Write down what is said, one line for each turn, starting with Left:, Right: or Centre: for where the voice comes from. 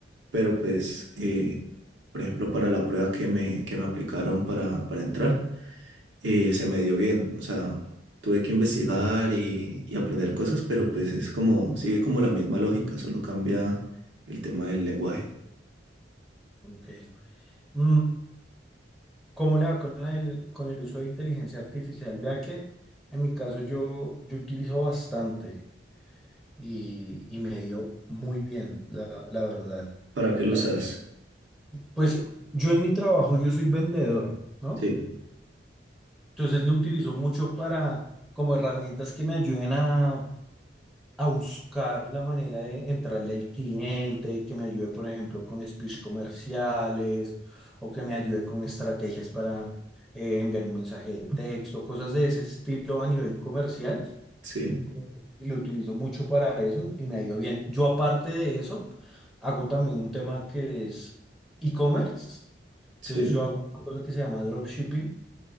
Right: Pero pues, eh, por ejemplo, para la prueba que me, que me aplicaron para, para entrar eh, se me dio bien. O sea, tuve que investigar y, y aprender cosas, pero pues es como, sigue como la misma lógica, solo cambia el tema del lenguaje.
Centre: Ok. Mm, ¿Cómo le va con el, con el uso de inteligencia artificial? Vea que en mi caso yo, yo utilizo bastante y, y me ha ido muy bien, la, la verdad.
Right: ¿Para qué lo
Centre: O sea,
Right: usas?
Centre: pues yo en mi trabajo yo soy vendedor, ¿no?
Right: Sí,
Centre: Entonces lo utilizo mucho para, como herramientas que me ayuden a, a buscar la manera de entrarle al cliente, que me ayude, por ejemplo, con speech comerciales o que me ayude con estrategias para eh, enviar un mensaje de texto, cosas de ese estilo a nivel comercial.
Right: sí,
Centre: eh, Y lo utilizo mucho para eso y me ha ido bien. Yo aparte de eso, hago también un tema que es e-commerce. Entonces
Right: sí.
Centre: yo hago una cosa que se llama dropshipping